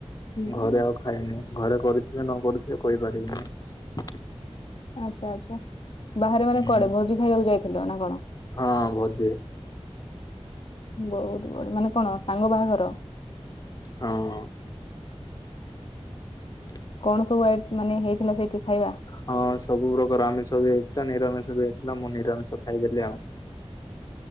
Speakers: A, on the left; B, on the left.
A: ହୁଁ
B: ଘରେ ଆଉ ଖାଇନି ଘରେ କରିଥିବେ ନ କରିଥିବେ କହିପାରିବିନି।
A: ଆଚ୍ଛା ଆଚ୍ଛା ବାହାରେ ମାନେ
B: ହୁଁ
A: କୁଆଡେ ଭୋଜି ଖାଇବାକୁ ଯାଇଥିଲ ନା କଣ?
B: ହଁ ଭଜେ
A: ବହୁତ ବଢିଆ ମାନେ କଣ ସାଙ୍ଗ ବାହାଘର।
B: ହଁ। ହ <inaudible>
A: କଣ ସବୁ ଆଇ ମାନେ ହେଇଥିଲା ସେଇଠି ଖାଇବା।
B: ହଁ ସବୁ ପ୍ରକାର ଆମିଷ ବି ହେଇଥିଲା ନିରାମିଷ ବି ହେଇଥିଲା। ମୁଁ ନିରାମିଷ ଖାଇଦେଲି ଆଉ।